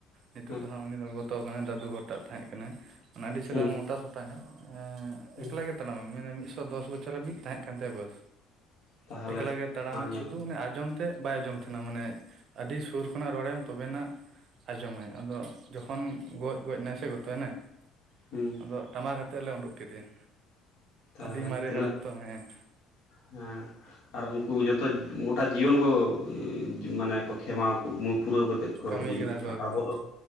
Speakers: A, on the right; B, on the left.
A: ᱱᱤᱛᱚᱜ
B: ᱦᱮᱸ
A: ᱫᱚ ᱦᱟᱸᱜ ᱩᱱᱤ ᱫᱚ ᱜᱚᱛᱚ ᱠᱟᱱᱟᱭ ᱫᱟᱹᱫᱩ ᱦᱚᱲᱴᱟᱜ ᱛᱟᱦᱮᱸ ᱠᱟᱱᱟᱭ᱾ ᱢᱟᱱᱮ ᱟᱹᱰᱤ ᱪᱮᱨᱦᱟ
B: ᱦᱩᱸ
A: ᱢᱚᱴᱟ ᱥᱚᱴᱟ ᱧᱚᱜ ᱮᱸ
B: ᱦᱩᱸ
A: ᱮᱠᱞᱟ ᱜᱮ ᱛᱟᱲᱟᱢᱟᱭ ᱢᱮᱱᱟ ᱥᱚ ᱫᱚᱥ ᱵᱚᱪᱷᱚᱨ ᱦᱟᱹᱵᱤᱡ ᱛᱟᱦᱮᱸᱜ ᱠᱟᱱ ᱛᱟᱭᱟ ᱵᱚᱭᱚᱥ
B: ᱛᱟᱦᱞᱮ
A: ᱮᱠᱞᱟ ᱜᱮ ᱛᱟᱲᱟᱢᱟᱭ
B: ᱟᱨ ᱧᱮᱞ
A: ᱥᱩᱫᱷᱩ
B: ᱵᱮᱱ
A: ᱚᱱᱮ ᱟᱸᱡᱚᱢ ᱛᱮᱫ ᱵᱟᱭ ᱟᱸᱡᱚᱢ ᱛᱟᱦᱮᱱᱟ᱾ ᱢᱟᱱᱮ ᱟᱹᱰᱤ ᱥᱩᱨ ᱠᱷᱚᱱᱟᱜ ᱨᱚᱲᱟᱭᱟᱢ ᱛᱚᱵᱮᱱᱟᱜ ᱟᱸᱡᱚᱢᱟᱭ। ᱟᱫᱚ ᱼᱼ ᱡᱚᱠᱷᱚᱱ ᱜᱚᱡ ᱜᱚᱡ ᱮᱱᱟᱭ ᱥᱮ ᱜᱚᱛᱚᱭᱱᱟᱭ
B: ᱦᱩᱸ᱾
A: ᱟᱫᱚ ᱴᱟᱢᱟᱠ ᱟᱛᱮᱫ ᱞᱮ ᱩᱸᱰᱩᱠ ᱠᱮᱫᱮᱭᱟ᱾
B: ᱛᱟᱦᱚᱞᱮ
A: ᱟᱹᱰᱤ ᱢᱟᱨᱮ
B: ᱛᱤᱱᱟᱹᱜ
A: ᱦᱟᱲᱟᱢ ᱛᱚ ᱦᱮᱸ
B: ᱦᱮᱸ᱾ ᱟᱨ ᱩᱱᱠᱩ ᱡᱚᱛᱚ ᱜᱚᱴᱟ ᱡᱤᱭᱚᱱ ᱠᱚ, ᱢᱟᱱᱮ ᱠᱚ ᱠᱷᱮᱢᱟᱣ ᱩᱰᱩᱠ ᱼᱼ ᱯᱩᱨᱟᱹᱣ ᱠᱟᱛᱮᱫ ᱠᱚ
A: ᱠᱟᱹᱢᱤ
B: ᱜᱩᱡᱩᱜ
A: ᱠᱟᱫᱟ
B: ᱠᱟᱱᱟ
A: ᱠᱚ
B: ᱟᱨ
A: ᱮᱠᱫᱚᱢ
B: ᱟᱵᱚ ᱫᱚ